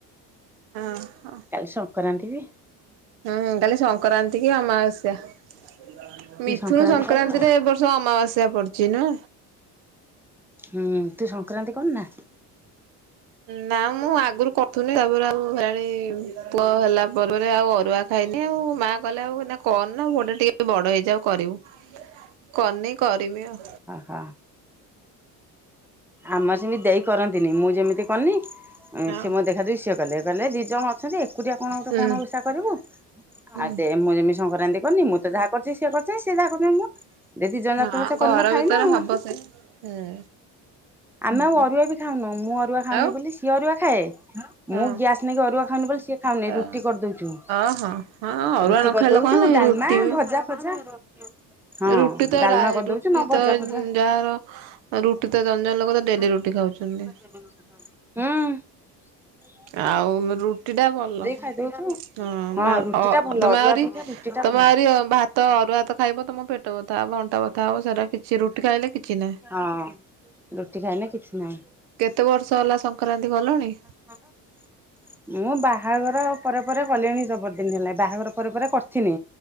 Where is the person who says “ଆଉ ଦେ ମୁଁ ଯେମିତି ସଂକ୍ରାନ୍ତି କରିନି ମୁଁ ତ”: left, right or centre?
Centre